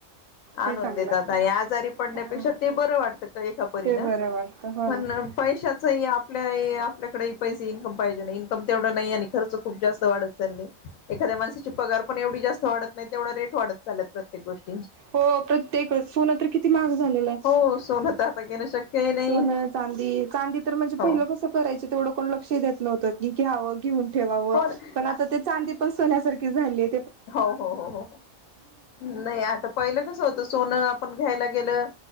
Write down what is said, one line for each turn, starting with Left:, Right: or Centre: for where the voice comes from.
Right: ते
Left: आनून
Right: चांगलं
Left: देतात आणि आजारी पडण्यापेक्षा
Right: हा
Left: ते बर वाटत. एका परी
Right: ते बरं वाटतं हो
Left: पण
Right: ना.
Left: पैशाच आपल्या आपल्याकडे ईकम पाहिजे ना इकमव तेवढं नाही आणि खर्च खूप जास्त वाढत चाले एखा्या माणसाची पगार पण एवढी जास्त वाढत नाही तेवढ रेटढत चालत प्रत्येक गोष्ट
Right: हो प्रत्येकच सोन तर किती महाग झालेलय.
Left: हो सोनं तर आता घेणं शक्यही नाही
Right: सोन, चांदी चांदी तर म्हणजे
Left: हो
Right: पहिलं कसं करायचं तेवढं कोण लक्ष द्याय न्हत की घ्यावं घेऊन ठेवावं
Left: हो ना
Right: पण आता ते चांदी पण सोन्यासारखी झालीय.
Left: हो हो हो हो हो नाही आता पहिलं कस होतं सोनं आपण घ्यायला गेलं.